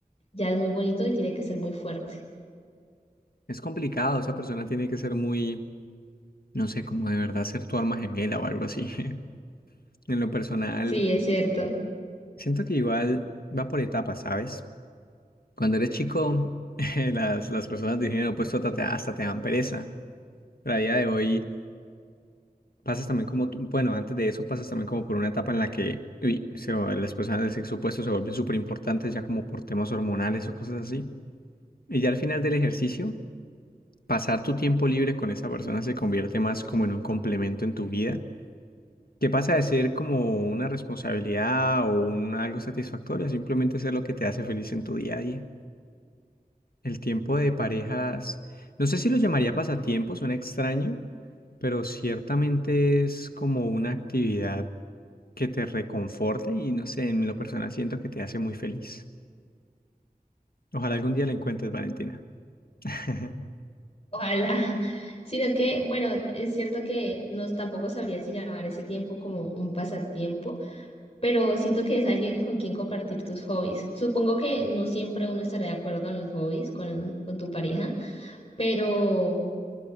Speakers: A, on the left (about 40°); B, on the left (about 80°).
A: ya es muy bonito y tiene que ser muy fuerte.
B: Es complicado, esa persona tiene que ser muy, no sé, como de verdad ser tu alma gemela o algo así. <laughs> En lo personal,
A: Sí, es cierto.
B: siento que igual va por etapas, ¿sabes? Cuando eres chico, <laughs> eh, las, las personas de género opuesto hasta te, hasta te dan pereza. Pero a día de hoy pasas también como, tú- bueno, antes de eso pasas también como por una etapa en la que uy, se va- las personas del sexo opuesto se vuelven súper importantes ya como por temas hormonales o cosas así. Y ya al final del ejercicio, pasar tu tiempo libre con esa persona se convierte más como en un complemento en tu vida, que pasa de ser como una responsabilidad o un algo satisfactorio, a simplemente ser lo que te hace feliz en tu día a día. El tiempo de parejas, no sé si lo llamaría pasatiempo, suena extraño, pero ciertamente es como una actividad que te reconforta y no sé, en lo personal siento que te hace muy feliz. Ojalá algún día la encuentres, Valentina. <laughs>
A: Ojalá. <laughs> Sino que, bueno, es cierto que no tampoco sabría si llamar ese tiempo como un pasatiempo, pero siento que es alguien con quien compartir tus hobbies. Supongo que no siempre uno estará de acuerdo en los hobbies con, con tu pareja, pero